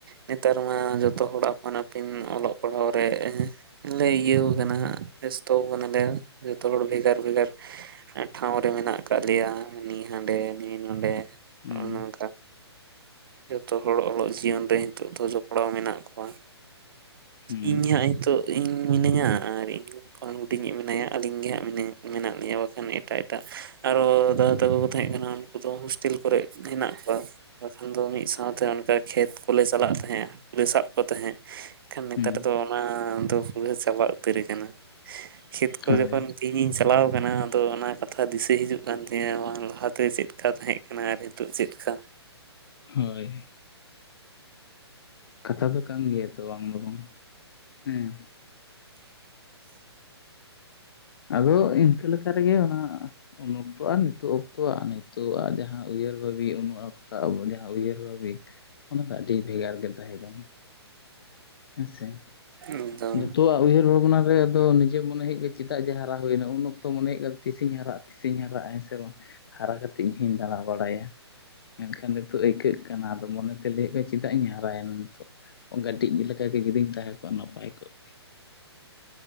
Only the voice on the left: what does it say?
ᱦᱩᱸ
ᱦᱩᱸ
ᱦᱩᱸ
ᱦᱳᱭ
ᱦᱳᱭ ᱠᱟᱛᱷᱟ ᱫᱚ ᱠᱟᱱ ᱜᱮᱭᱟ, ᱛᱚ ᱟᱢ ᱫᱚ ᱵᱟᱝ ᱦᱮᱸ
ᱟᱫᱚ! ᱤᱱᱠᱟᱹ ᱞᱮᱠᱟ ᱨᱮᱜᱮ ᱚᱱᱟᱜ᱾ ᱩᱱ ᱚᱠᱛᱚ ᱟᱨ ᱱᱤᱛᱚᱜ ᱚᱠᱛᱚᱣᱟᱜ, ᱱᱤᱛᱚᱜᱼᱟᱜ ᱡᱟᱦᱟᱸ ᱩᱭᱦᱟᱹᱨ ᱵᱷᱟᱹᱵᱤ, ᱩᱱ ᱚᱠᱛᱚ ᱡᱟᱦᱟᱸ ᱩᱭᱦᱟᱹᱨ ᱵᱷᱟᱹᱵᱤ ᱚᱱᱟ ᱫᱚ ᱟᱹᱰᱤ ᱵᱷᱮᱜᱟᱨ ᱜᱮ ᱛᱟᱦᱮᱸ ᱠᱟᱱ ᱦᱮᱸᱥᱮ!
ᱱᱤᱛᱚᱜ ᱟᱜ ᱩᱭᱦᱟᱹᱨ ᱵᱷᱟᱵᱽᱱᱟ ᱨᱮ ᱟᱫᱚ ᱱᱤᱡᱟᱹ ᱢᱚᱱᱮ ᱦᱩᱭᱩᱜ ᱠᱟᱱ ᱪᱮᱫᱟᱜ ᱡᱮ ᱦᱟᱯ ᱦᱟᱨᱟ ᱦᱩᱭᱮᱱᱟ ᱩᱱ ᱚᱠᱛᱚ ᱢᱚᱱᱮ ᱦᱩᱭᱩᱜ ᱠᱟᱱ, ᱛᱤᱥᱤᱧ ᱦᱟᱨᱟᱜᱼᱟᱼᱛᱤᱥᱤᱧ ᱦᱟᱨᱟᱜᱼᱟ ᱦᱮᱸᱥᱮ ᱵᱟᱝ? ᱦᱟᱨᱟ ᱠᱟᱛᱮᱜ ᱤᱧ ᱦᱚᱧ ᱫᱟᱬᱟ ᱵᱟᱲᱟᱭᱟ, ᱢᱮᱱᱠᱷᱟᱱ ᱱᱤᱛᱚᱜ ᱟᱹᱭᱠᱟᱹᱜ ᱠᱟᱱᱟ ᱟᱫᱚ ᱢᱚᱱᱮ ᱛᱮ ᱞᱟᱹᱭᱩᱹᱜ ᱠᱟᱱ ᱪᱮᱜ ᱪᱮᱫᱟᱜ ᱤᱧ ᱦᱟᱨᱟᱭᱮᱱᱟ ᱱᱤᱛᱚᱜ ᱚᱸᱠᱟᱹᱴᱤᱡ ᱞᱮᱠᱟ ᱜᱮ ᱡᱩᱫᱤᱧ ᱛᱟᱦᱮᱸ ᱠᱚᱜᱼᱟ ᱱᱟᱯᱟᱭ <inaudible>